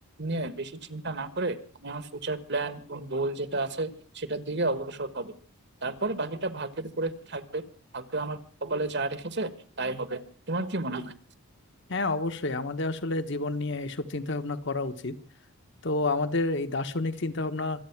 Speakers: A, on the right; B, on the left.
A: নিয়ে বেশি চিন্তা না করে আমি আমার ফিউচার প্ল্যান এবং গোল যেটা আছে সেটার দিকে অগ্রসর হবো তারপরে বাকিটা ভাগ্যের উপরে থাকবে ভাগ্য আমার কপালে যা রেখেছে তাই হবে তোমার কি মনে হয়
B: হ্যাঁ অবশ্যই আমাদের আসলে জীবন নিয়ে এসব চিন্তা ভাবনা করা উচিত তো আমাদের এই দার্শনিক চিন্তা ভাবনা